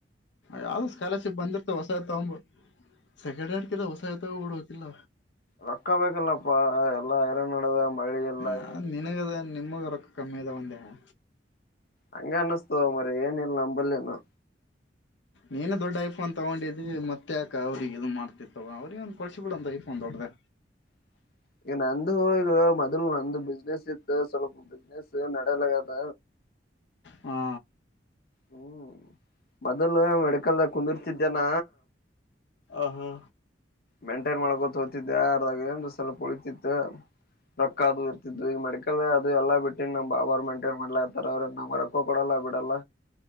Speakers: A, on the left; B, on the left.
A: ಯಾವ್ದ್ ಸ್ಕಾಲರ್ಶಿಪ್ ಬಂದಿರ್ತವ ಹೊಸದ್ ತಾಂಬುಡು, ಸೆಕೆಂಡ್ ಹ್ಯಾಂಡ್ ಗಿಂತ ಹೊಸದೇ ತಗೊಂಬುಡಕಿಲ್ಲ.
B: ರೊಕ್ಕ ಬಲ್ಲಪ್ಪಾ ಎಲ್ಲಾ ಎರನ್ ನಡದ ಮಳೆ ಇಲ್ಲ
A: ಹ
B: ಏನಿಲ್ಲ
A: ನಿನಗದ ನಿಮಗ ರೊಕ್ಕ ಕಮ್ಮಿ <unintelligible> ದ ಹಂದ ಹ
B: ಹಂಗೆ ಅನ್ನುಸ್ತದ ಮರಯ ಏನ ಇಲ್ಲ ನಂಬಲ್ಲಿನು.
A: ನೀನು ದೊಡ್ಡ ಐಫೋನ್ ತಗೊಂಡಿದ್ದಿ ಮತ್ತೆ ಯಾಕ ಅವ್ರಿಗೆ ಇದು ಮಾಡ್ತಿ ತಗೊ ಅವ್ರಿಗೆ ಒಂದು ಕೊಡ್ಸಿ ಬಿಡು ಒಂದು ಐಫೋನ್. <unintelligible> ಕೊದೆ
B: <inaudible> ಈಗ ನಂದು ಈಗ ಮೊದಲು ನಂದು ಬಿಸ್ನೆಸ್ ಇತ್ತು ಸ್ವಲ್ಪ ಬಿಸಿನೆಸ್ ನೆಡೆಯಲಾಗದ
A: ಹಾ
B: ಹ್ಮ್ ಮೊದಲು ಮೆಡಕಲ್ದಾಗ ಕುಂದಿರ್ತಿದ್ದೇನ
A: ಆಹಾ
B: ಮೇಂಟೈನ್ ಮಾಡಿಕೊಂಡು ಹೋಗ್ತಿದ್ದೆ ಯಾರ್ದಾಗ ಏನಾರ ಸ್ವಲ್ಪ ಉಳಿತಿತ್ತು ರೊಕ್ಕ ಅದು ಇರ್ತಿದ್ ಈಗ ಮೆಡಿಕಲ್ ಅದು ಎಲ್ಲಾ ಬಿಟ್ಟಿನ ನಮ್ ಭಾವ ಅವ್ರು ಮೆಂಟೈನ್ ಮಾಡ್ಲಾತಾರೆ ಅವ್ರ ನಮ್ ರೊಕ್ಕ ಕೊಡಲ್ಲ ಬಿಡಲ್ಲ